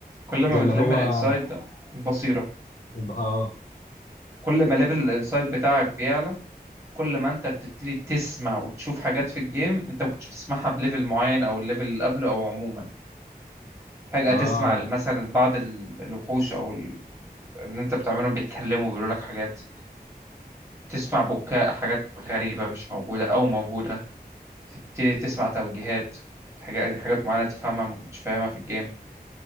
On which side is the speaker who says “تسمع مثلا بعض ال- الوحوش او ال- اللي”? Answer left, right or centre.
Right